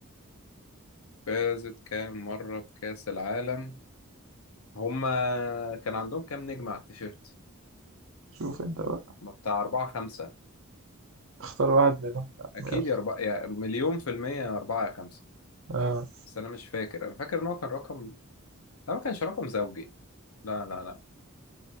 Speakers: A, on the left (about 85°); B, on the right (about 65°).
A: فازت كام مره بكاس العالم هما كان عندهم كام نجم على التيشيرت
B: شوف انت بقى
A: ما بتاع أربعة خمسة
B: اختار واحد منهم يعني.
A: أكيد
B: يلا
A: يا أربعة يا مليون في المية يا أربعة يا خمسة
B: آه
A: بس أنا مش فاكر أنا فاكر إن هو كان رقم لا ما كانش رقم زوجي لا لا لا